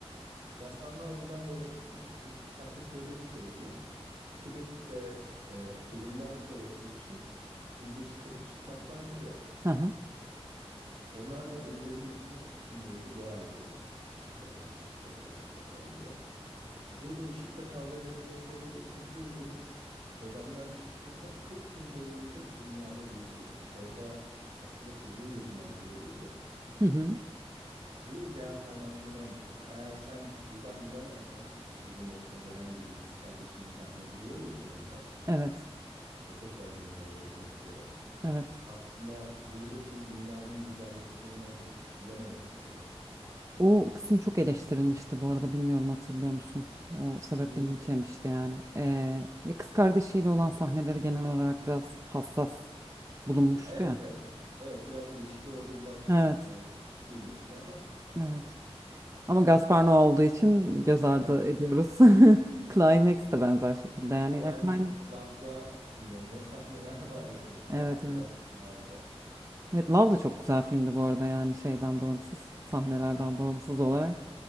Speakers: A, on the right; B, on the right.
A: Gaspar Noa buradan yola çıkmış. Çünkü kitapta şöyle bir şey diyor. Tibet'te e, ölümden sonrası için bizdeki kırkı çıkmaklardır ya.
B: Hı hı.
A: Onlar da ölülerin başında 40 gün boyunca dua ediyorlar. Işıkta kal, ışıkta kal, ışıkta kal diye. Burada ışıkta kal demesinin sebebi çünkü ruh bedenden çıktığında 40 gün boyunca bu dünyada geziyor. Orada aslında çocuğun gözünden görüyoruz ya.
B: Hı hı.
A: Bu reenkarnasyonu anlatıyor. Eğer sen buradan gidemezsen o çocuğun başına gelen gibi kız kardeşinin karnına giriyordu ya sonunda
B: Evet.
A: ve tekrar dünyaya gelmek üzere.
B: Evet.
A: Aslında buradaki dünyanın güzelliklerinden kopup gidememe meselesi.
B: O kısım çok eleştirilmişti bu arada bilmiyorum hatırlıyor musun? O sebeple
A: Ne için?
B: linç yemişti yani. Ee, ya kız kardeşiyle olan sahneleri genel olarak biraz hassas bulunmuştu
A: Evet
B: ya.
A: evet. Evet biraz ilişki orada biraz
B: Evet.
A: e, büyük bir ilişki ama
B: Evet.
A: e,
B: Ama Gaspar Noé olduğu için göz ardı
A: evet
B: ediyoruz. <laughs> Climax de benzer şekilde yani.
A: Climate
B: Ya, climax...
A: Love'da ne, ne sahneler <laughs> var yani La-
B: Evet
A: özellikle
B: evet.
A: Love'da.
B: Evet, Love da çok güzel filmdi bu arada yani şeyden bağımsız, sahnelerden
A: Ah,
B: bağımsız
A: evet
B: olarak.